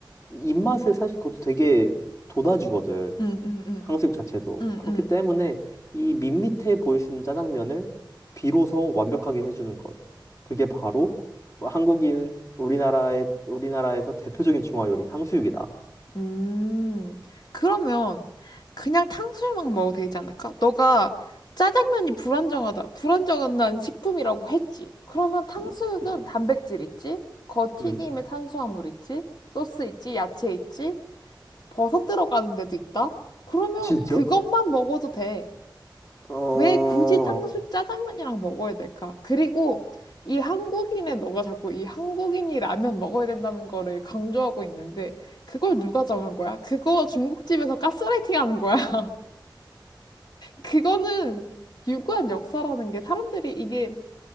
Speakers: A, on the left (about 40°); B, on the left (about 60°).
A: 입맛을 사실 그것도 되게 돋아주거든.
B: 응, 응, 응.
A: 탕수육 자체도.
B: 응,
A: 그렇기
B: 응,
A: 때문에 이 밋밋해 보일 수 있는 짜장면을 비로소 완벽하게 해주는 것. 그게 바로 한국인 우리나라의 우리나라에서 대표적인 중화 요리 탕수육이다.
B: 음, 그러면 그냥 탕수육만 먹어도 되지 않을까? 너가 짜장면이 불안정하다, 불안정한 식품이라고 했지. 그러면 탕수육은
A: 음, 그치?
B: 단백질 있지? 겉튀김에
A: 음.
B: 탄수화물 있지? 소스 있지? 야채 있지? 버섯 들어가는 데도 있다? 그러면
A: 진짜?
B: 그것만 먹어도 돼.
A: 어,
B: 왜 굳이 탕수 짜장면이랑 먹어야 될까? 그리고 이 한국인의 너가 자꾸 이 한국인이 라면 먹어야 된다는 거를 강조하고 있는데 그걸 누가 정한 거야? 그거 중국집에서 가스라이팅 하는 거야? <laughs> 그거는 유구한 역사라는 게 사람들이 이게